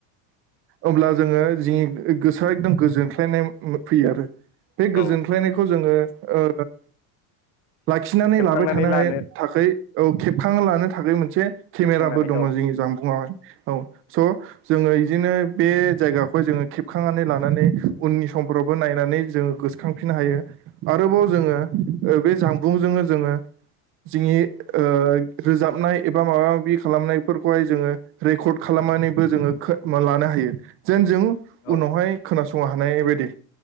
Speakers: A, on the right; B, on the left.
A: आब्ला जोङो जो गोसोआ एकदम गोजोनस्लायनाय फैयो आरो बे
B: औ
A: गोजोनख्लायनायखौ जोङो ओ लाखिनानै
B: सेबखांनानै
A: लाबाय था थानो
B: लानो
A: हायै थाखै औ खेब बां लानो थाखायमोन। से केमेराबो
B: खेबखांनानै
A: दङ
B: औ
A: जोंनि जानबुंङावहाय औ स' जोङो बिदिनो बे जायगाखौ जोङो खेबखांनानै लानानै उननि समफ्रावबो नायनानै जोङो गोसोखांफिननो हायो आरोबाव जोङो ओ बे जामबुंजोंनो जोङो जि जोंनि ओ रोजाबनाय एबा माबा माबि खालामनायफोरखौहाय जोङो रेकर्ड खालामनानैबो जोङो खा लानो हायो जों जों
B: औ
A: उनावहाय खोनासं फुंयाव हानाय बायदि।